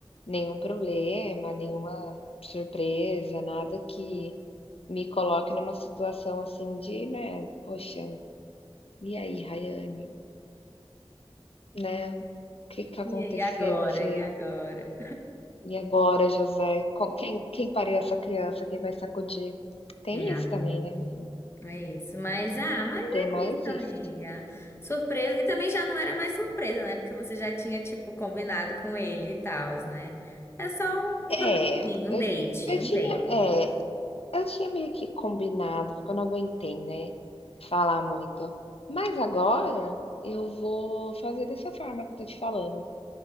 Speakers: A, on the left; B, on the left.
A: nenhum problema, nenhuma surpresa, nada que me coloque numa situação assim de, né? Poxa, e aí, Rayane? Né, o que que aconteceu?
B: E aí, agora?
A: Você
B: E agora?
A: e agora José, com quem quem paria essa criança, quem vai sacudir? Tem
B: É, amiga.
A: isso também, né, menina?
B: É isso, mas ah, mas é
A: Tem mais
B: isso,
A: isso.
B: amiga. Surpresa, e também já não era mais surpresa, né? Porque você já tinha, tipo, combinado com ele e tal, né? É só um
A: É,
B: um rolezinho,
A: eu
B: um date,
A: eu tinha
B: um date.
A: é, eu tinha meio que combinado, porque eu não aguentei, né, falar muito. Mas agora eu vou fazer dessa forma que eu tô te falando.